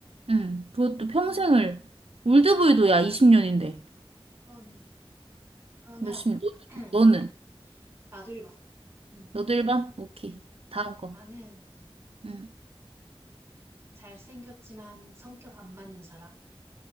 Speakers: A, on the right; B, on the right.
A: 응. 그것도 평생을
B: 그러네,
A: 올드보이도 야 20년인데
B: 그러네. 그러면
A: 몇십 년. 너는?
B: <clears throat>
A: 너는?
B: 나도 1번. 음,
A: 너도 일 번 오케이.
B: 음.
A: 다음 거.
B: 나는
A: 음.
B: 잘생겼지만 성격 안 맞는 사람.